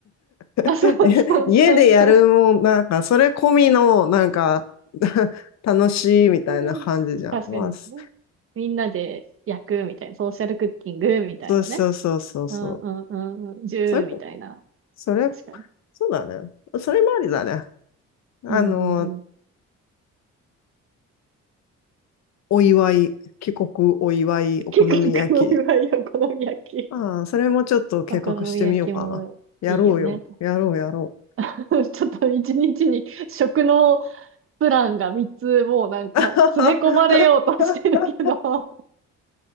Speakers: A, on the left; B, on the right.
A: <laughs>
B: あ、そうそうそうそう。
A: 家でやるもん、なんか、それ込みの、なんか、<laughs> 楽しいみたいな感じじゃん。
B: <laughs> 確かにね。
A: まあ、そ
B: みんなで焼くみたいな、ソーシャルクッキングみたいなね。
A: そうそうそうそうそう。
B: うんうんうんうん、ジューみたいな。
A: それ、それ、
B: 確かに。
A: そうだね。それもありだね。あの、
B: うんうんうん。
A: お祝い、帰国お祝い、お好み焼き。
B: 結構黒いわよ、お好み焼き。
A: ああ、それもちょっと計画してみようかな。
B: お好み焼きもいいよね。
A: やろうよ。やろう、やろ
B: <laughs> ちょっと一日に食のプランが3つもうなんか詰め込まれようとしてるけど
A: う。<laughs>